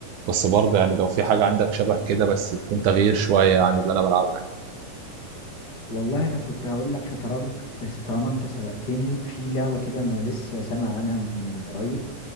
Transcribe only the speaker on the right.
بس برضه يعني لو في حاجة عندك شبه كده بس تكون تغيير شوية عن اللي أنا بلعبها يعني